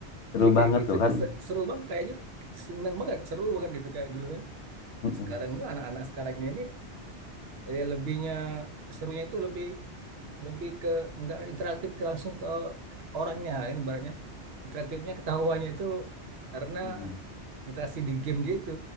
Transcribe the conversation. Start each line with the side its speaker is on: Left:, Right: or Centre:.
Left: Seru
Right: Iya kayak
Left: banget
Right: gitu
Left: tuh
Right: aja
Left: kan.
Right: se- seru banget kayaknya seneng banget, seru banget gitu kayak dulu kan.
Left: Mm-mm.
Right: Nah, sekarang enggak anak-anak sekarang ini eh, lebihnya serunya itu lebih lebih ke nggak interaktif ke langsung ke orangnya ini barunya interaktifnya ketahuannya itu karena
Left: Mm-mm.
Right: interaksi di game gitu